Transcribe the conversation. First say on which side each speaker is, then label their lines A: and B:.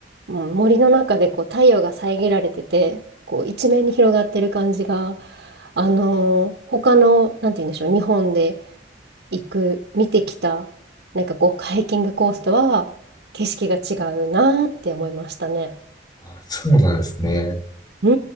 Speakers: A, on the right (about 70°); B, on the left (about 20°).
A: うん森の中でこう太陽が遮られてて、こう一面に広がってる感じが、あのー他の、なんて言うんでしょう、日本で行く、見てきた、なんかこう、ハイキングコースとは景色が違うなーって思いましたね。
B: あ、そうなんですね。
A: う